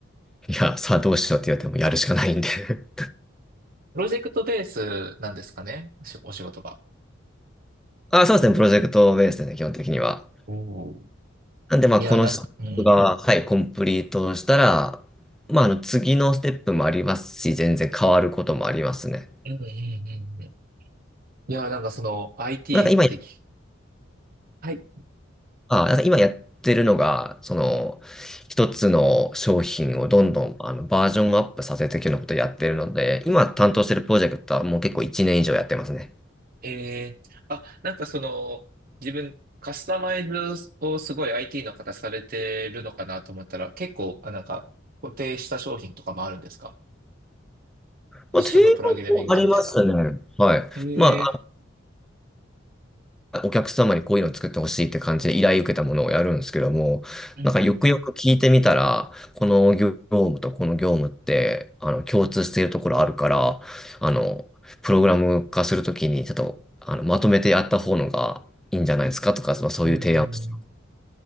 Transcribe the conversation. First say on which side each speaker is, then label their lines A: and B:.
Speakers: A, in the centre; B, on the right (about 45°).
A: いや、さあどうしようって言われてもやるしかないんで <laughs>
B: プロジェクトベースなんですかねしお仕事が。
A: あ、そうですね、プロジェクトベースでね、基本的には。
B: おー
A: なんで、まあ、
B: いや、
A: このステップが、
B: なんか、うん。うん
A: はい、コンプリートしたら、まあ、あの、次のステップもありますし、全然変わることもありますね。
B: うんうんうん。いや、なんかその IT
A: なんか今
B: ってき、はい。
A: あ、なんか今やってるのが、その、一つの商品をどんどんあのバージョンアップさせていくようなことをやってるので、今担当してるプロジェクトはもう結構1年以上やってますね。
B: えー、あ、なんかその、自分、カスタマイズをすごい IT の方されてるのかなと思ったら、結構、あ、なんか、固定した商品とかもあるんですか一緒のプログラミングでみたいな。
A: まあ、定額もありますね。はい。
B: え
A: まお客様にこういうのを作ってほしいって感じで依頼受けたものをやるんですけども、
B: ー、うんうん。
A: なんかよくよく聞いてみたら、この業務とこの業務って、あの、共通しているところあるから、あの、プログラム化するときに、ちょっと、あの、まとめてやった方のがいいんじゃないですかとか、まあ、そういう提案をし
B: うんうん。